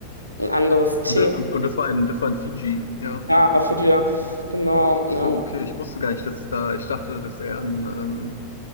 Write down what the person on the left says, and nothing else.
Und, da- und, und das war in, das war in Fiji, ja.
Ach so, okay, ich wusste gar nicht, dass da, ich dachte, das ist eher ein, ähm,